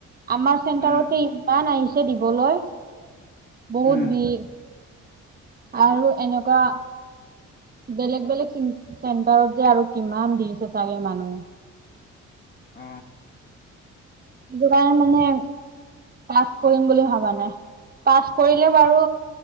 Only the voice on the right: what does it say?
আমাৰ চেণ্টাৰতে
ইমান আহিছে দিবলৈ, বহুত
ভিৰ। আৰু এনেকুৱা, বেলেগ - বেলেগ চিন চেণ্টাৰত যে আৰু কিমান দিছে ছাগে মানুহ?
সেইটো কাৰণে মানে পাছ কৰিম বুলি ভাবা নাই। পাছ কৰিলে বাৰু,